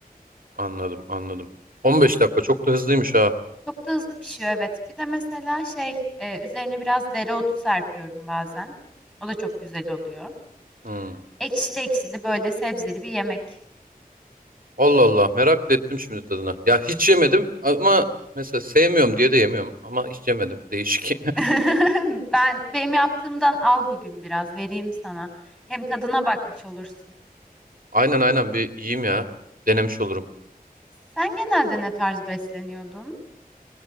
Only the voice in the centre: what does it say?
Çok da hızlı pişiyor evet. Bir de mesela şey e, üzerine biraz dereotu serpiyorum bazen. O da çok güzel oluyor.
Ekşili ekşili böyle sebzeli bir yemek.
<laughs> Ben benim yaptığımdan al bugün biraz vereyim sana. Hem tadına bakmış olursun.
Sen genelde ne tarz besleniyordun?